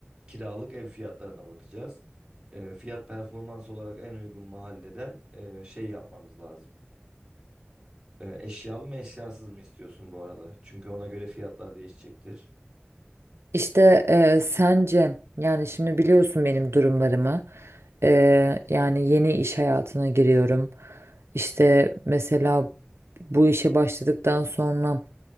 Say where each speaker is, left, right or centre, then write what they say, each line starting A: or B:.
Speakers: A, on the right; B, on the right.
A: kiralık ev fiyatlarına bakacağız. E, fiyat performans olarak en uygun mahalleden e, şey yapmamız lazım. E, eşyalı mı eşyasız mı istiyorsun bu arada? Çünkü ona göre fiyatlar değişecektir.
B: İşte e, sence yani şimdi biliyorsun benim durumlarımı E, yani yeni iş hayatına giriyorum İşte mesela bu işe başladıktan sonra